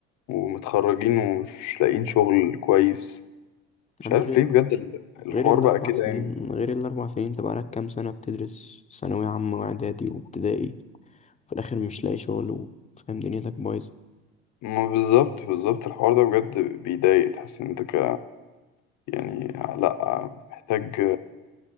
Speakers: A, on the left; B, on the left.
A: ومتخرجين ومش لاقيين شغل كويس
B: يا
A: مش
B: عم
A: عارف
B: غير
A: ليه بجد ال- الحوار
B: غير الاربع
A: بقى كده
B: سنين
A: يعني
B: غير الاربع سنين انت بقالك كام سنه بتدرس ثانويه عامه واعدادي وابتدائي في الاخر مش لاقي شغل و- فاهم دنيتك بايظه
A: ما بالظبط بالظبط الحوار ده بجد بيضايق تحس ان انت ك يعني لأ محتاج